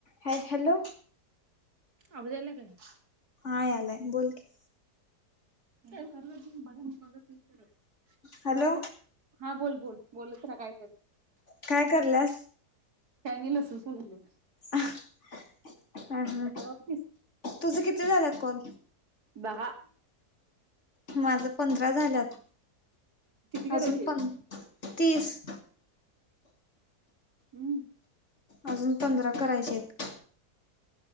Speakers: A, on the left (about 45°); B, on the right (about 70°).
A: ह हॅलो
B: आवरायला नाही काय आजून
A: हा यालाय बोल कि
B: का कर त मगा म बघ
A: हॅलो
B: काय ब हा बोल बोल बोलत रा काय
A: काय कराल्यास
B: काय नाही लसूण सोलालोय
A: हा ह
B: सोलालोय.
A: तुझं किती झाल्यात कॉल
B: बहाा
A: माझ पंधरा झाल्यात
B: किती
A: अजून
B: करायचे आहेत?
A: पं तीस
B: हम्म
A: अजून पंधरा करायचे आहेत